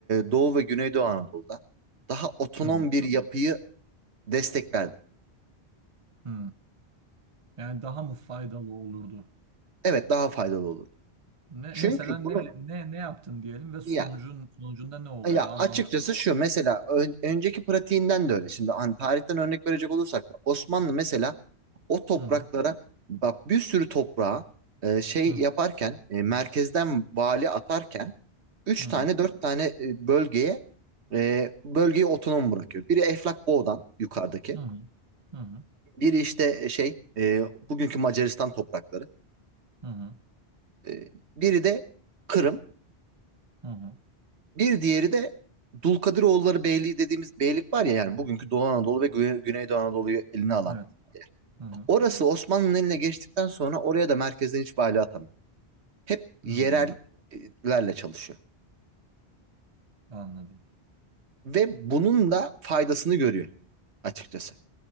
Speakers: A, on the right; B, on the right.
A: Doğu ve Güneydoğu Anadolu'da daha otonom
B: hı.
A: bir yapıyı desteklerdim.
B: Hı. Yani daha mı faydalı olurdu?
A: Evet, daha faydalı olur.
B: Ne
A: Çünkü
B: mesela ne
A: bunu
B: ne ne yaptın diyelim ve sonucun
A: ya
B: sonucunda ne oldu?
A: Ya
B: Bir an
A: açıkçası
B: anlat.
A: şu mesela ön- önceki pratiğinden de öyle. Şimdi hani tarihten örnek verecek olursak da Osmanlı mesela o topraklara
B: Hı hı.
A: bak bir sürü toprağa e, şey
B: Hı hı.
A: yaparken e, merkezden vali atarken üç
B: Hı hı.
A: tane 4 tane e, bölgeye e, bölgeyi otonom bırakıyor. Biri Eflak Boğdan yukarıdaki.
B: Hı hı. Hı hı.
A: Biri işte e, şey e, bugünkü Macaristan toprakları.
B: Hı hı.
A: E, biri de Kırım.
B: Hı hı.
A: Bir diğeri de Dulkadiroğulları Beyliği dediğimiz beylik var ya yani bugünkü Doğu Anadolu ve Güney, Güneydoğu Anadolu'yu eline alan.
B: Evet. Hı hı.
A: Orası Osmanlı'nın eline geçtikten sonra oraya da merkezden hiç vali atamıyor. Hep yerellerle
B: Hı hı.
A: çalışıyor.
B: Anladım.
A: Ve bunun da faydasını görüyor açıkçası.